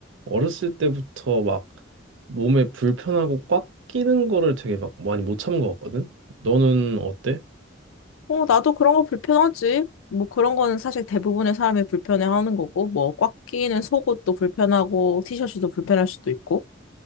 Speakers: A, on the right (about 70°); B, on the left (about 80°).
A: 어렸을 때부터 막 몸에 불편하고 꽉 끼는 거를 되게 막 많이 못 참은 것 같거든? 너는 어때?
B: 어, 나도 그런 거 불편하지. 뭐 그런 거는 사실 대부분의 사람이 불편해하는 거고, 뭐 꽉 끼는 속옷도 불편하고, 티셔츠도 불편할 수도 있고.